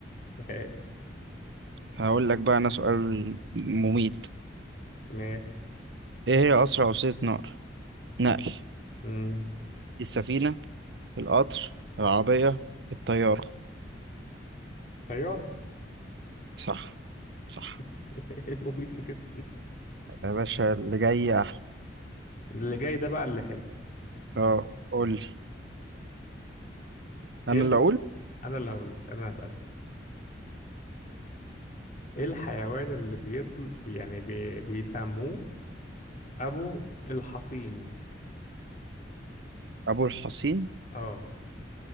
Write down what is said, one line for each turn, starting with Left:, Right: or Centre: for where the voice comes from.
Left: <laughs> ماشي
Right: هقول لك بقى أنا سؤال مميت
Left: ماشي
Right: إيه هي أسرع وسيلة نقل نقل
Left: امم
Right: السفينة القطر العربية الطيارة
Left: طيارة
Right: صح صح
Left: <laughs> إيه المميت في كده
Right: يا باشا اللي جاي أحلى
Left: اللي جاي ده بقى اللي حلو
Right: أه قول لي
Left: ايه
Right: أنا
Left: ال...
Right: اللي
Left: مم.
Right: أقول
Left: انا اللي هقول لك انا هسألك ايه الحيوان اللي بيطل بي- يعني بي... بيسموه ابو الحصين
Right: أبو الحصين
Left: اه